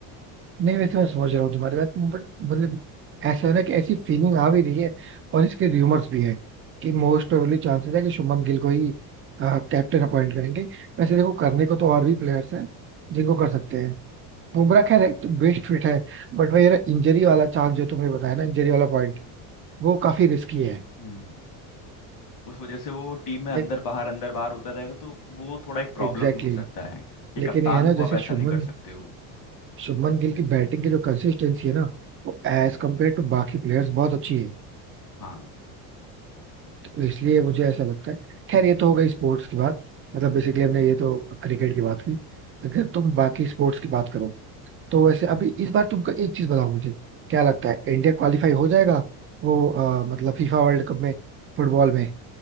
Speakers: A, on the right (about 30°); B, on the left (about 45°).
A: नहीं वैसे मैं समझ रहा हूँ तुम्हारी बात बट मतलब ऐसा है ना कि ऐसी फीलिंग आ भी रही है और इसके र्यूमर्स भी है कि मोस्ट प्रोबेबली चांसेस है कि शुभमन गिल को ही कैप्टन अपॉइंट करेंगे वैसे देखो करने को तो और भी प्लेयर्स हैं जिनको कर सकते हैं बुमराह खैर बेस्ट फिट है बट भाई यार इंजरी वाला चांस जो तुमने बताया ना इंजरी वाला पॉइंट वो काफी रिस्की है
B: हम्म उस वजह से वो टीम में अंदर
A: देख
B: बाहर अंदर बाहर होता रहेगा तो वो थोड़ा एक प्रॉब्लम
A: एग्जैक्टली
B: हो सकता
A: exactly.
B: है ये
A: लेकिन
B: कप्तान
A: ये है ना
B: को आप
A: जैसे
B: ऐसा
A: शुभमन
B: नहीं कर सकते हो
A: शुभमन गिल की बैटिंग की जो कंसिस्टेंसी है ना वो एज कम्पेयर टू बाकी प्लेयर्स बहुत अच्छी है
B: हाँ
A: तो इसलिए मुझे ऐसा लगता है खैर ये तो हो गई स्पोर्ट्स की बात मतलब बेसिकली हमने ये तो क्रिकेट की बात की अगर तुम बाकी स्पोर्ट्स की बात करो तो वैसे अभी इस बार तुमको एक चीज बताओ मुझे क्या लगता है इंडिया क्वालिफाई हो जाएगा वो अ, मतलब फीफा वर्ल्ड कप में फुटबॉल में